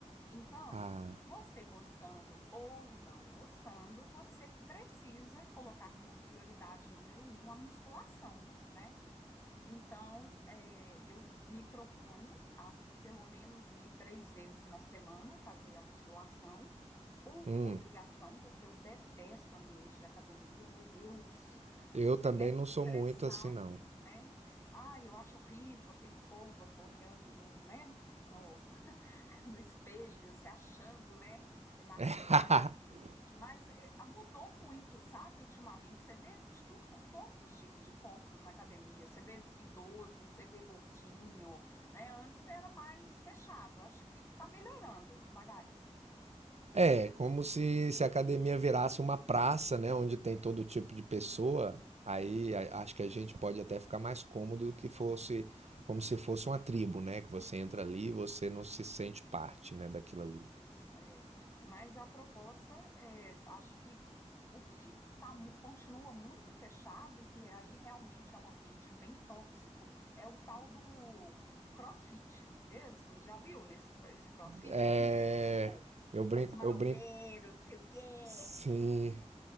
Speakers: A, on the left; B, on the right.
A: Então,
B: Ah,
A: você gostando ou não gostando, você precisa colocar como prioridade número um a musculação, né? Então, é, eu me proponho a pelo menos ir três vezes na semana fazer a musculação, por
B: hum.
A: obrigação, porque eu detesto ambiente de academia, meu Deus,
B: Eu
A: você
B: também
A: quer
B: não
A: me estressar,
B: sou muito assim, não.
A: né? Ah, eu acho horrível aquele povo olhando no, né, no, no espelho, se achando, né, narciso.
B: <laughs>
A: Mas é, mudou muito, sabe, ultimamente. Você vê de tudo com todos os tipos de corpos na academia. Você vê idoso, você vê gordinho, né? Antes era mais fechado. Acho que está melhorando devagarinho.
B: É, como se, se a academia virasse uma praça, né, onde tem todo tipo de pessoa. Aí a- acho que a gente pode até ficar mais cômodo do que fosse, como se fosse uma tribo, né? Que você entra ali e você não se sente parte, né, daquilo ali.
A: Isso, é. Mas a proposta, é, acho que o que tá, mu- continua muito fechado e que aí realmente é um ambiente bem tóxico é o tal do CrossFit. Mesmo, já viu nesse cro- esse CrossFit?
B: É,
A: Ninguém merece esse povo.
B: eu brinco,
A: É os marombeiros,
B: eu brinco,
A: não sei o quê,
B: sim.